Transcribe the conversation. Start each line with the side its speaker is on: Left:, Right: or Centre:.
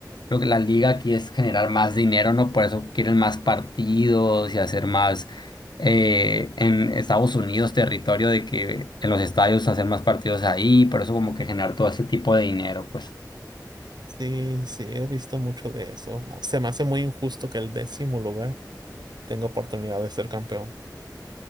Left: lo que la liga aquí es generar más dinero, ¿no? Por eso quieren más partidos y hacer más eh, en Estados Unidos territorio de que en los estadios hacer más partidos ahí, por eso como que generar todo ese tipo de dinero, pues.
Right: Sí, sí, he visto mucho de eso. Ah, Se me hace muy injusto que el décimo lugar tenga oportunidad de ser campeón.